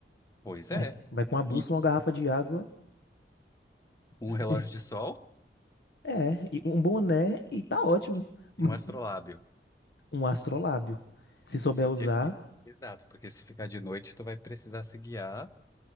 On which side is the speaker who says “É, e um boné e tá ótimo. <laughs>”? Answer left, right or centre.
Left